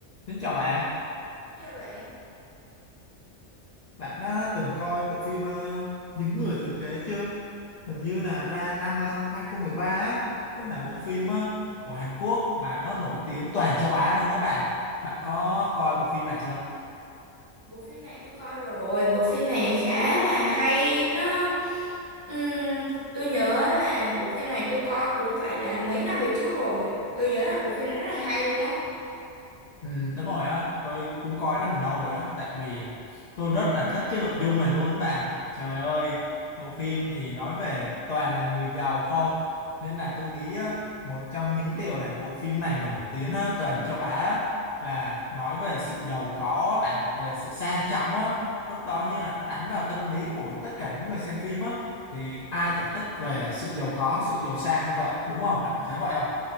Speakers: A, on the left; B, on the right.
A: Xin chào bạn,
B: Dạ bạn,
A: bạn đã từng coi bộ phim ờ, Những người thừa kế chưa? Hình như là ra năm ờ, 2013 á, đây là bộ phim ờ, của Hàn Quốc mà nó nổi tiếng toàn châu Á luôn đó bạn. Bạn có coi bộ phim này chưa?
B: bộ phim này tôi coi rồi, bộ phim này khá là hay, nó ừm, tôi nhớ là bộ phim này tôi coi cũng phải là mấy năm về trước rồi. Tôi nhớ là bộ phim này rất là hay luôn á.
A: Ừ, đúng rồi á, tôi cũng coi rất là lâu rồi á, tại vì tôi rất là thích cái nội dung này luôn bạn. Trời ơi, bộ phim thì nói về toàn là người giàu không, nên là tôi nghĩ á, một trong những điều làm bộ phim này nổi tiếng á, toàn châu Á á, là nói về sự giàu có á bạn, về sự sang trọng á, lúc đó như là đánh vào tâm lý của tất cả những người xem phim á, thì ai chả thích về sự giàu có, sự giàu sang như vậy, đúng không? Bạn có thấy vậy không?